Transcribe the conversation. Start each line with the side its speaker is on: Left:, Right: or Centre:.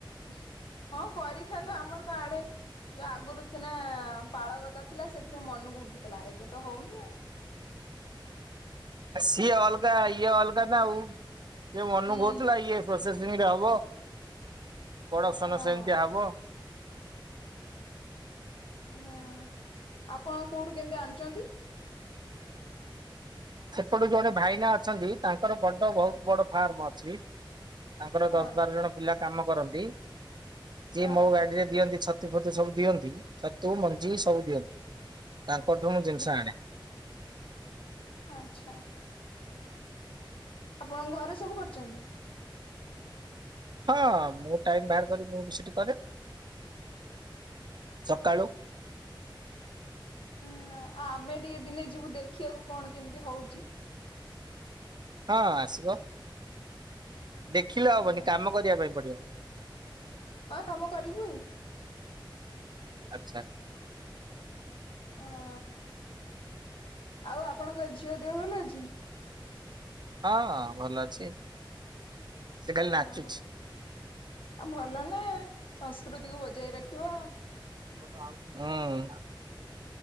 Left: ଉଁ, ହଁ, କରିଥାନ୍ତୁ, ଆମର୍ ତ ଆଡ଼େ ଯୋ ଆଗରୁ ଥିନା, ପାଳଗଦା ଥିଲା, ସେଥିରୁ ମନକୁ ଉଠୁଥିଲା, ଏବେ ତ ହଉନି ଆଉ
Right: ନାଇଁ ସିଏ ଅଲ୍ଗା, ଇଏ ଅଲ୍ଗା ନା, ଆଉ ଇଏ ମନ
Left: ହୁଁ।
Right: ବହୁଥିଲା ଇଏ ପ୍ରୋସେସ୍ <unintelligible> ହବ ପ୍ରଡକ୍ସନ
Left: ହଁ
Right: ସେମତିଆ ହବ।
Left: ହଁ, ଆପଣ କୋଉଠୁ କେମିତି ଆଣୁଛନ୍ତି?
Right: ସେପଡ଼ୁ ଜଣେ ଭାଇନା ଅଛନ୍ତି, ତାଙ୍କର ବଡ଼ ବହୁତ୍ ବଡ଼ ଫାର୍ମ ଅଛି। ତାଙ୍କର
Left: ହଁ
Right: ଦଶ ବାର ଜଣ ପିଲା କାମ କରନ୍ତି, ସିଏ
Left: ହଁ
Right: ମୋ ଗାଡିରେ ଦିଅନ୍ତି ଛତ ତୁ ଫତୁ ସବୁ ଦିଅନ୍ତି, ଛତୁ ମଞ୍ଜି ସବୁ ଦିଅନ୍ତି, ତାଙ୍କଠୁ ମୁଁ ଜିନିଷ ଆଣେ।
Left: ଆଛା। ଆପଣଙ୍କ ଘରେ ସବୁ କରୁଛନ୍ତି?
Right: ହାଁ, ମୁଁ ଟାଇମ୍ ବାହାର୍ କରି, ମୁଁ ବି ସେଠି କରେ। ସକାଳୁ।
Left: ହୁଁ, ଆ ଆମେ ଟିଏ ଦିନେ ଯିବୁ ଦେଖିଆକୁ କଣ କେମ୍ତିଆ ହଉଚି?
Right: ହଁ ଆସିବ, ଦେଖିଲେ
Left: ହଁ
Right: ହବନି, କାମ କରିବା ପାଇଁ ପଡ଼ିବ।
Left: ଆ କାମ କରିବୁ ଆଉ।
Right: ଆଛା।
Left: ଆଁ, ଆଉ ଆପଣଙ୍କ ଝିଅ ଦେହ ଭଲ ଅଛି?
Right: ହଁ, ଭଲ ଅଛି। ସେ ଖାଲି
Left: ଆଉ
Right: ନାଚୁଛି
Left: ଆ ଭଲ ନା ସଂସ୍ କୃତିକୁ ବଜାଇ ରଖିବ।
Right: <unintelligible> ହୁଁ